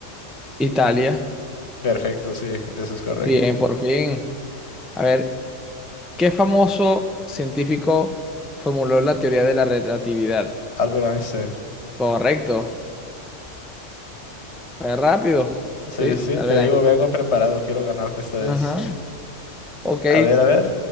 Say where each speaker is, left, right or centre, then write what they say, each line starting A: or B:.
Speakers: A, in the centre; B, on the left (about 60°).
A: Italia.
B: Perfecto, sí, eso es correcto.
A: Bien, por fin. A ver, ¿qué famoso científico formuló la teoría de la relatividad?
B: Albert Einstein.
A: Correcto. Fue rápido.
B: Sí,
A: Sí,
B: sí,
A: tal
B: sí, te
A: vez. la-
B: digo, vengo preparado, quiero ganarte esta vez.
A: Ajá. Ok.
B: A ver, a ver,